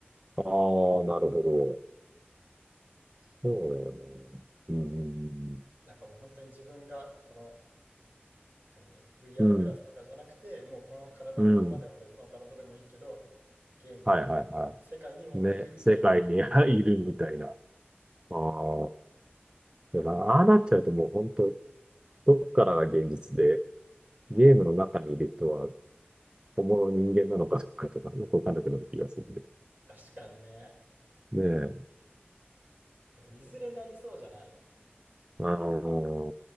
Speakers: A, on the right; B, on the right.
A: ああ、なるほど。そうだよね。うん。
B: なんかもう本当に自分がこの何 VR
A: うん。うん
B: グラスとかじゃなくて、もうこの体のまんまでも別の体でもいいけど、
A: うん
B: ゲームの世界にもういるみたいな。
A: はいはいはい。ね。世界に <laughs> いるみたいな。
B: そう。
A: ああ。でもああなっちゃうともう本当、どっからが現実で、ゲームの中にいる人は本物の人間なのかどうかとかよくわかんなくなる気がするけど。
B: 確かにね。
A: ねえ。
B: うん、でもいずれなりそうじゃない
A: ああ、